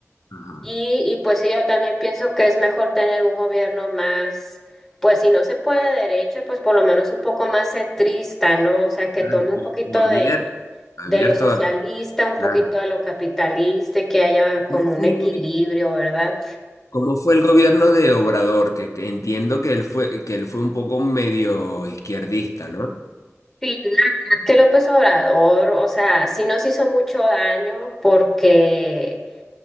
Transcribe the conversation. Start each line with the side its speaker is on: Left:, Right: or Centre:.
Left: ajá,
Centre: Y, y pues sí, yo también pienso que es mejor tener un gobierno más, pues si no se puede de derecha, pues por lo menos un poco más centrista, ¿no? O sea, que
Left: claro,
Centre: tome un
Left: o,
Centre: poquito
Left: o abier-
Centre: de, de
Left: abierto
Centre: lo socialista,
Left: a.
Centre: un
Left: Claro.
Centre: poquito de lo capitalista, y que haya como
Left: ¿Cómo
Centre: un
Left: fue
Centre: equilibrio,
Left: el, gobi-
Centre: ¿verdad?
Left: cómo fue el gobierno de Obrador? Que, que entiendo que él fue, que él fue un poco medio izquierdista, ¿no?
Centre: Sí, la verdad que López Obrador, o sea, sí nos hizo mucho daño porque